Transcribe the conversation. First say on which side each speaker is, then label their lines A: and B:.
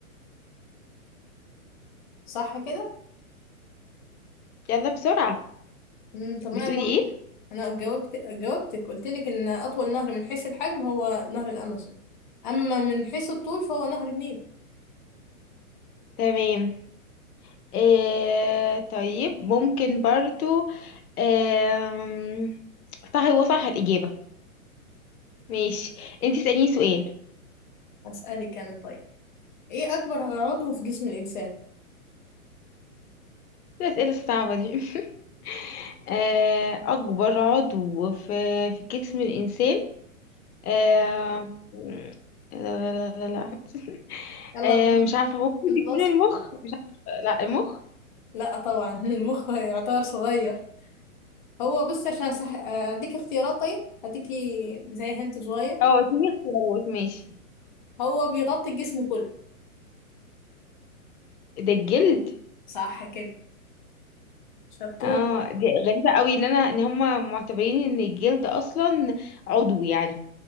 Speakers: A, on the left (about 35°); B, on the left (about 90°).
A: صح كده؟
B: يلا بسرعة
A: امم طب ما
B: بتقولي
A: أنا جاوبت
B: إيه؟
A: أنا جاوبت جاوبتك قلت لك إن أطول نهر من حيث الحجم هو نهر الأمازون أما من حيث الطول فهو نهر النيل
B: تمام آه، طيب ممكن برضو آم، صح هو صح الإجابة ماشي انتي اسأليني سؤال
A: أسألك أنا طيب إيه أكبر عضو في جسم الإنسان؟
B: الأسئلة الصعبة دي <laughs> آه، أكبر عضو في في جسم الإنسان آه، لا لا لا لا لا. <laughs>
A: يلا
B: آه،
A: الخمس
B: مش عارفة
A: دقايق
B: ممكن
A: يخلص
B: يكون المخ مش عارفة لا المخ
A: لا طبعا <laughs> المخ يعتبر صغير هو بص عشان صح... اديك اختيارات طيب اديكي زي هنت صغير
B: اه اديني اختيارات ماشي
A: هو بيغطي الجسم كله
B: ده الجلد
A: صح كده شطور
B: اه دي غريبة قوي ان انا ان هم معتبرين ان الجلد اصلا عضو يعني